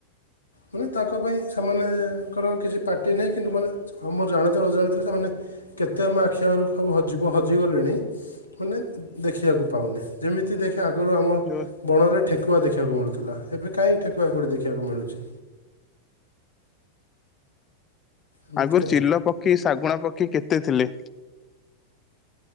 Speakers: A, on the left; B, on the left.
A: ମାନେ ତାଙ୍କ ପାଇଁ ସେମାନେଙ୍କର କିଛି ପାଟ୍ କିଛି ନାହିଁ କିନ୍ତୁ ମାନେ ଆମ ଜାଣତ ଅଜାଣତରେ ସେମାନେ କେତେ ଆମ ଆଖି ଆଗରୁ ସବୁ ହଜିବ ହଜିଗଲେଣି ମାନେ ଦେଖିବାକୁ ପାଉନେ। ଯେମିତି ଦେଖେ ଆଗରୁ ଆମ
B: ଯୋଉ
A: ବଣରେ ଠେକୁଆ ଦେଖିବାକୁ ମିଳୁଥିଲା ଏବେ କାହିଁ ଠେକୁଆ କୋଉଠି ଦେଖିବାକୁ ମିଳୁଛି। ଏମିତି
B: ଆଗରୁ
A: ଆଉ
B: ଚିଲ ପକ୍ଷୀ ଶାଗୁଣା ପକ୍ଷୀ କେତେ ଥିଲେ।